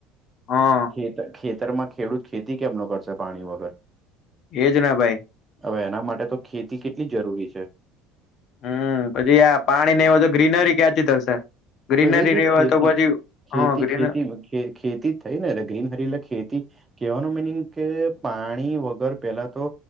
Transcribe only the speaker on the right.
ખેત ખેતરમાં ખેડૂત ખેતી કેમનો કરશે પાણી વગર
હવે એના માટે તો ખેતી કેટલી જરૂરી છે
તો એ જે
ખેતી
ખેતી
ખેતી ખેતી થઈ ને ગ્રીન હરીલા ખેતી કેવાનું મિનિંગ કે પાણી વગર પેલા તો